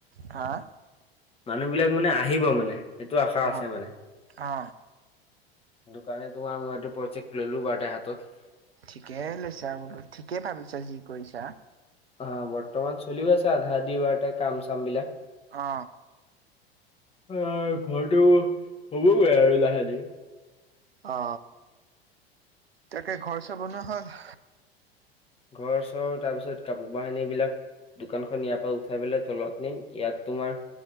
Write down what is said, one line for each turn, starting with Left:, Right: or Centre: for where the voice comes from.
Right: হা
Left: মানুহবিলাক মানে আহিব মানে সেইটো আশা আছে
Right: অ',
Left: মানে।
Right: অ
Left: দোকানেটো আও মই এইটো প্ৰজেক্ট ললো বাৰু দে হাতত
Right: ঠিকেই লৈছা বোলো ঠিকে ভাবিছা যি কৰিছা।
Left: অ বৰ্তমান চলিও আছে আধা আধি বাৰু এতিয়া কাম চাম বিলাক।
Right: অ
Left: অ ঘৰটো হ'বগৈ আৰু লাহে ধীয়ে
Right: অ তাকে ঘৰ-চব বনোৱা হল?
Left: ঘৰ-চৰ তাৰপিছত কাপোৰ বাহিনী বিলাক দোকানখন ইয়াৰ পৰা উঠাই পেলাই তলত নিম ইয়াত তোমাৰ